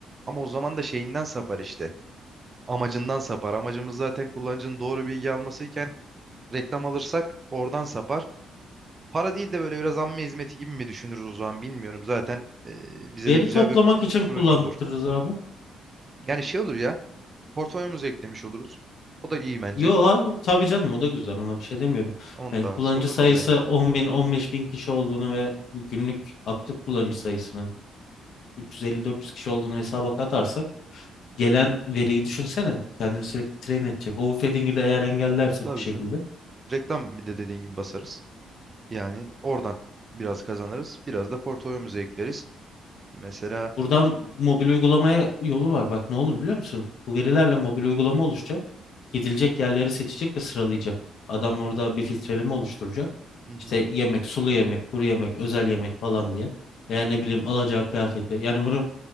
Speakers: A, on the right; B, on the left.
A: Ama o zaman da şeyinden sapar işte. Amacından sapar. Amacımız zaten kullanıcının doğru bilgi almasıyken reklam alırsak oradan sapar. Para değil de böyle biraz amme hizmeti gibi mi düşünürüz o zaman bilmiyorum. Zaten e, bize
B: Veri
A: de güzel
B: toplamak
A: bir
B: için kullandırırız
A: proje olur.
B: abi.
A: Yani şey olur ya portfolyomuza eklemiş oluruz. O da iyi bence.
B: Yo tabii canım o da güzel ona bir şey demiyorum.
A: Onun
B: Yani
A: da
B: kullanıcı
A: artısı olur
B: sayısı
A: bize yani.
B: 10 bin 15 bin kişi olduğunu ve günlük aktif kullanıcı sayısının 350-400 kişi olduğunu hesaba katarsak gelen veriyi düşünsene. Kendini sürekli train edecek. Overfitting'i de eğer engellersek
A: Tabii
B: bir şekilde
A: canım. Reklam bir de dediğin gibi basarız. Yani oradan biraz kazanırız. Biraz da portfolyomuza ekleriz. Mesela
B: Buradan mobil uygulamaya yolu var. Bak ne olur biliyor musun? Bu verilerle mobil uygulama oluşacak. Gidilecek yerleri seçecek ve sıralayacak. Adam orada bir filtreleme oluşturacak.
A: hı hı,
B: İşte yemek, sulu yemek, kuru yemek, özel yemek falan diye. Veya ne bileyim alacağı kıyafeti. Yani bunu